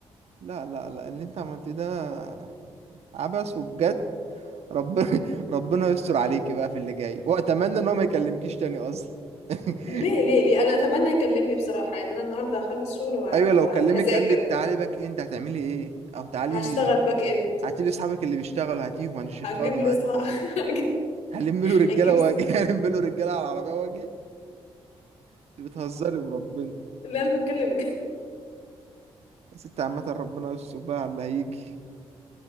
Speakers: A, on the right; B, on the left.
A: لا لا لا اللي انت عملتيه ده عبث وبجد ربنا <laughs> ربنا يستر عليكي بقى في اللي جاي واتمنى ان هو ما يكلمكيش تاني اصلا <laughs>
B: ليه ليه ليه انا اتمنى يكلمني بصراحه يعني انا النهارده هخلص شغل وه-
A: ايوه
B: وه-
A: لو كلمك
B: وهذاكر
A: قال لك تعالي باك اند هتعملي ايه او تعالي
B: هشتغل باك اند
A: هاتي لي اصحابك اللي بيشتغلوا هاتيهم هنشتغلوا
B: هتجيب
A: معاك
B: لي صح <laughs> هجيب
A: هلم له رجاله
B: هجيب <laughs> س-
A: واجي <laughs> هلم له رجاله على العربيه واجي انت بتهزري وربنا
B: لا انا بتكلم <laughs> بجد.
A: يا ستي عامه ربنا يستر بقى على اللي هيجي